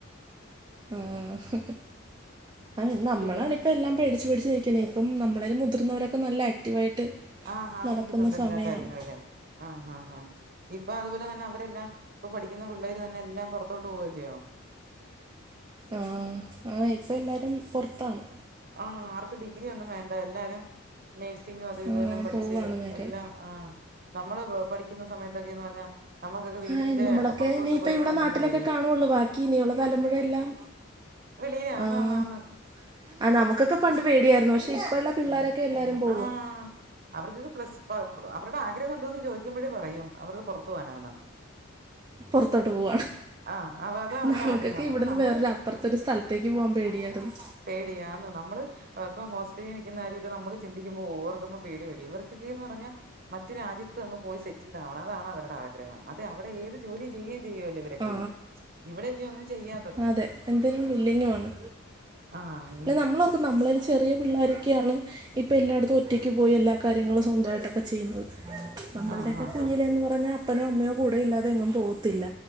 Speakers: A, on the right; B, on the right.
A: ആഹ് ആണ് നമ്മളാണ്
B: പിന്നെ
A: ഇപ്പ എല്ലാം പേടിച്ചു പേടിച്ച് നിക്ക് നിക്കുന്നെ ഇപ്പം നമ്മളേലും മുതിർന്നവരൊക്കെ നല്ല ആക്റ്റീവായിട്ട്.
B: ആഹ് ഹാ
A: നടക്കുന്ന
B: നിക്കുന്നുണ്ട്
A: സമയമാണ്
B: എല്ലാ കാര്യങ്ങളിലും ആഹ് ഹാ ഹാ. ഇപ്പൊ അതുപോലെ തന്നെ അവരെല്ലാം ഇപ്പൊ പഠിക്കുന്ന പിള്ളേര് തന്നെ എല്ലാം പൊറത്തോട്ട് പോവല്ല്യോ.
A: ആഹ് ആഹ് ഇപ്പല്ലാരും പൊർത്താണ്.
B: ആഹ് ആർക്കും ഡിഗ്രി ഒന്നും വേണ്ട എല്ലാരും നേഴ്സിങ്ങും അതു ഇതുവെല്ലാം
A: ആഹ്
B: പഠിച്ച്
A: പോവാണ് നേരെ
B: എല്ലാം. ആഹ് നമ്മള് പ പഠിക്കുന്ന സമയത്തൊക്കേന്ന് പറഞ്ഞാ. നമുക്കൊക്കെ വീടിന്റെ
A: ആഹ് നമ്മളൊക്കെ
B: അപ്പുറത്തോട്ട്
A: ഇനിയിപ്പ
B: പോയോന്ന്
A: ഇവിടെ നാട്ടിലൊക്കെ
B: തന്നെ വയ്യായിരുന്നു
A: കാണൊള്ളു ബാക്കി ഇനിയുള്ള തലമുഴ എല്ലാം.
B: വെളിയിലാ ആന്നാന്നാന്ന്.
A: ആഹ് ആ നമുക്കൊക്കെ പണ്ട് പേടിയായിരുന്നു പക്ഷേ ഇപ്പള്ള പിള്ളോരൊക്കെ. എല്ലാരും പോവാ
B: ആഹ് അവർക്ക് പ്ലസ് അവരുടെ ആഗ്രഹം എന്തോന്ന് ചോദിക്കുമ്പഴേ പറയും അവർക്ക് പൊർ ത്ത് പോവാനാന്ന്.
A: പൊർത്തോട്ട് പോവാണ്
B: ആഹ് അതാ അവരുടെ
A: നമുക്കൊക്കെ
B: ആഗ്രഹം
A: ഇവടന്ന്
B: അപ്പൊ നമ്മൾ
A: വേറൊരു അപ്പൊർത്തൊരു സ്ഥലത്തേക്ക് പോവാൻ പേടിയായിരുന്നു.
B: പേടിയാന്ന് നമ്മള് ഇപ്പം ഹോസ്റ്റലി നിക്കുന്ന കാര്യമൊക്കെ നമ്മക്ക് ചിന്തിക്കുമ്പോ ഓവർക്കുമ്പോ പേടി വരും ഇവർകൊക്കേന്ന് പറഞ്ഞാ മറ്റ് രാജ്യത്ത് അങ്ങ് പോയി സ് സെറ്റിൽഡാവണ അതാണ് അവരുടെ ആഗ്രഹം അതെ അവിടെ ഏത് ജോലീം ചെയ്യേ ചെയ്യോല്ലോ ഇവരൊക്കെ.
A: ആ
B: ഇവിടെല്ല്യോ ഒന്നും ചെയ്യാ
A: അതെ എന്തിനും വില്ലിങ്ങുവാണ്.
B: ആഹ് അയ്
A: ന്നെ നമ്മളോർക്കും നമ്മളേലും ചെറിയ പിള്ളോരൊക്കെയാണ്. ഇപ്പൊ എല്ലാട്ത്തും ഒറ്റക്ക് പോയി എല്ലാ കാര്യങ്ങളും സ്വന്തായിട്ടൊക്കെ ചെയ്യുന്നത്. നമ്മളൾടെയൊക്കെ
B: ആഹ് ആഹ്
A: കുഞ്ഞിലേന്ന്
B: ആഹ്
A: പറഞ്ഞാ അപ്പനോ അമ്മയോ കൂടെ ഇല്ലാതെ എങ്ങും പോകത്തില്ല.